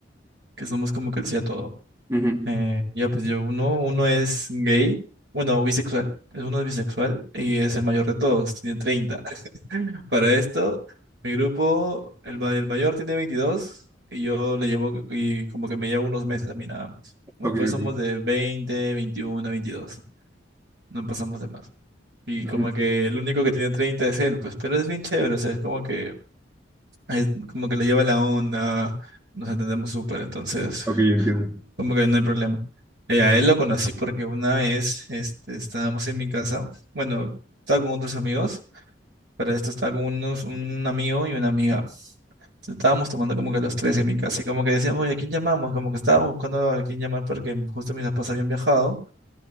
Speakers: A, on the right; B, on the right.
A: que somos como que el sí a todo.
B: Ujú.
A: Eh, ya, pues yo uno, uno es gay, bueno, bisexual, es uno es bisexual y es el mayor de todos, tiene treinta <laughs> Para esto, mi grupo, el, ma- el mayor tiene 22 y yo le llevo y como que me llevo unos meses a mí nada más. Después
B: Ok,
A: somos
B: ok.
A: de veinte veintiuno veintidós no pasamos de más. Y
B: Ujú.
A: como que el único que tiene 30 es él, pues, pero es bien chévere, o sea, es como que, es como que le lleva la onda, nos entendemos súper, entonces...
B: Ok, entiendo.
A: Como que no hay problema. Eh, a él lo conocí porque una vez este, estábamos en mi casa. Bueno, estaba con otros amigos. Para esto estaba con unos, un amigo y una amiga. Estábamos tomando como que los tres en mi casa. Y como que decíamos, oye, ¿a quién llamamos? Como que estábamos buscando a quién llamar porque justo mis papás habían viajado.